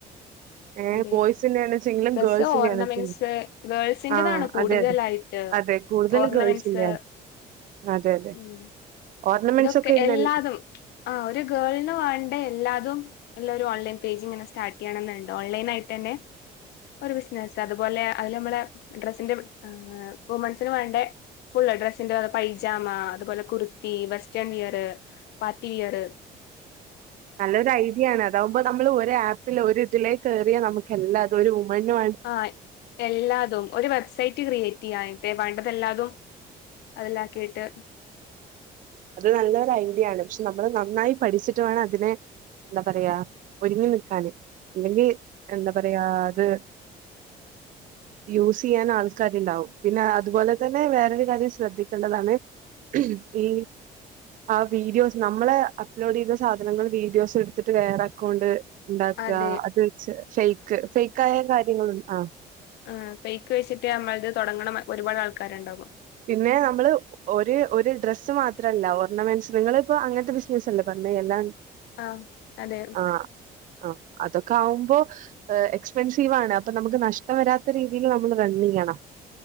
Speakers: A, on the left (about 80°); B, on the right (about 50°).
A: <inaudible>
B: ഏഹ്
A: അതെ
B: ബോയ്സിന്റെ ആണെച്ചെങ്കിലും
A: ഡ്രസ്സ്‌
B: ഗേൾസിന്റെ
A: ഓർണമെന്റ്സ്
B: ആണെച്ചെങ്കിലും
A: ഗേൾസിന്റതാണ്
B: ആ
A: കൂടുതലായി
B: അതെ അതെ
A: ട്ട്
B: അതെ കൂടുതൽ
A: ഓർണമെന്റ്സ്
B: ഗേൾസിന്റെ ആണ്. അതെ അതെ
A: ഉം
B: ഓർണമെന്റ്സ്
A: ഇതൊക്കെ
B: ഒക്കെ ഇന്ന്
A: എല്ലാതും
B: എൽ-
A: ആ ഒരു ഗേൾന് വാണ്ട എല്ലാതും എല്ലാം ഒരു ഓൺലൈൻ പേജ്ങ്ങനെ സ്റ്റാർട്ട് ചെയ്യണം ന്ന്ണ്ട് ഓൺലൈൻ ആയിട്ടന്നേ ഒരു ബിസ്നസ് അതുപോലെ അതില് നമ്മള ഡ്രസ്സിന്റെ വുമൻസിന് വേണ്ട ഫുള്ള് ഡ്രസ്സിന്റെ പൈജാമ അതുപോലെ kurti western wear party wear
B: നല്ലൊരു ഐഡിയ ആണ് അതാവുമ്പോ നമ്മള് ഒരു ആപ്പില് ഒര് ഇതിലേ കെറിയ നമുക്ക് എല്ലാതും ഒരു വുമൺ ന്
A: ആ എല്ലാതും ഒരു സൈറ്റ് ക്രിയേറ്റ് ചെയ്യാ <unintelligible> വേണ്ടതെല്ലാതും അത് ലാക്കിയിട്ട്
B: അത് നല്ലൊരു ഐഡിയ ആണ് പക്ഷെ നമ്മള് നന്നായി പഠിച്ചിട്ട് വേണം അതിനെ എന്താ പറയാ ഒരുങ്ങി നിക്കാന് ഇല്ലെങ്കി എന്താ പറയാ അത് യൂസ് ചെയ്യാന് ആൾക്കാര്ണ്ടാവും പിന്നെ അതുപോലെ തന്നെ വേറൊരു കാര്യം ശ്രദ്ധിക്കേണ്ടതാണ് ഈ ആ വീഡിയോസ് നമ്മളെ അപ്ലോഡ് ചെയ്ത സാധനങ്ങൾ വീഡിയോസ് എടുത്തിട്ട് വേറെ അക്കൗണ്ട് ഉണ്ടാക്ക
A: അതെ
B: അത് വെച്ച് ഫൈക്ക് ഫൈക്ക് ആയ കാര്യങ്ങള് ആ
A: ആ ഫൈക്ക് വെച്ചിട്ട് നമ്മൾത് തുടങ്ങണം ഒരുപാട് ആൾക്കാര്ണ്ടാവും
B: പിന്നെ നമ്മള് ഒര് ഒര് ഡ്രസ്സ് മാത്രല്ല ഓർണമെൻസ് ഇങ്ങള്പ്പോ അങ്ങൻത്തെ ബിസ്നസ്സ് അല്ലേ പർഞ്ഞെ എല്ലാ
A: ആഹ് അതെ
B: ആഹ് ഹ് അതൊക്കെ ആകുമ്പോ എക്സ്പെൻസീവ ആണ് അപ്പൊ നമുക്ക് നഷ്ടം വരാത്ത രീതിയിൽ നമ്മള് റണ്ൺ ചെയ്യണം